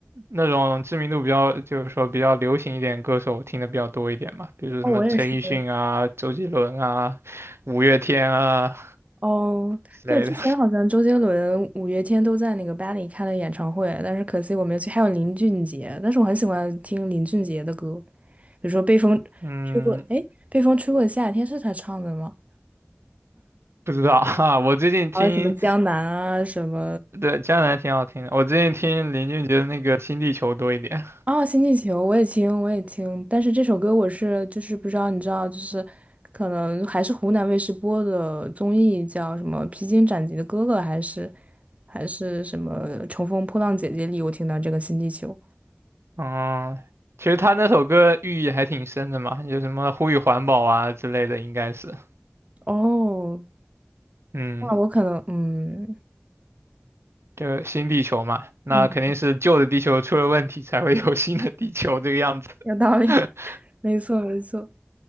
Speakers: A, on the right (about 75°); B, on the right (about 30°).
A: 那种知名度比较，就是说比较流行一点歌手听的比较多一点嘛，比如说什么陈奕迅啊、
B: 哦，我也是。
A: 周杰伦啊、五月天啊
B: 哦，
A: 之类的。
B: 对，之前好像周杰伦、五月天都在那个巴黎开了演唱会，但是可惜我没有去。还有林俊杰，但是我很喜欢听林俊杰的歌。比如说被风吹过，
A: 嗯，
B: 哎，被风吹过的夏天是他唱的吗？
A: 不知道哈、<laughs> 我最近听，
B: 还有什么江南啊，什么
A: 对，江南挺好听的，我最近听林俊杰的那个《新地球》多一点。
B: 啊，新地球我也听，我也听，但是这首歌我是就是不知道，你知道，就是可能还是湖南卫视播的综艺，叫什么《披荆斩棘的哥哥》，还是还是什么《乘风破浪姐姐》里，我听到这个新地球。
A: 嗯，其实他那首歌寓意还挺深的嘛，有什么呼吁环保啊之类的，应该是。
B: 哦，
A: 嗯。
B: 那我可能，嗯
A: 就新地球嘛，那肯定是旧的地球出了问题，
B: 嗯，
A: 才会有 <laughs> 新的地球这个样子。
B: 有道理，
A: <laughs>
B: 没错没错。